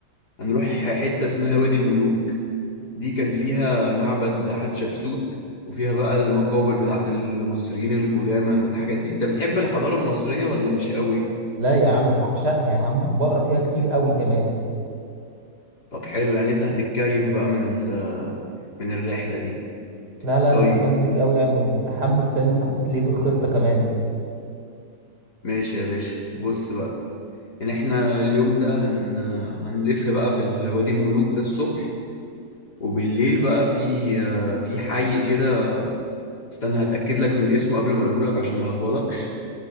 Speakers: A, on the left (about 70°); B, on the right (about 70°).
A: هنروح حتة اسمها وادي الملوك دي كان فيها معبد حتشبسوت وفيها بقى المقابر بتاعت المصريين القدامى والحاجات دي انت بتحب الحضارة المصرية ولا مش قوي؟
B: لا يا عم بعشقها يا عم وبقرا فيها كتير قوي كمان
A: طب حلو يعني انت هتتكيف بقى من ال... من الرحلة دي
B: لا لا
A: طيب
B: انا متمزج قوي يعني متحمس فاهم انت حطيت لي إيه في الخطة كمان
A: ماشي يا باشا بص بقى ان احنا اليوم ده هن... هنلف بقى في ال- وادي الملوك ده الصبح وبالليل بقى في في حي كده استنى هتأكد لك من اسمه قبل ما اقوله لك عشان ما لخبطكش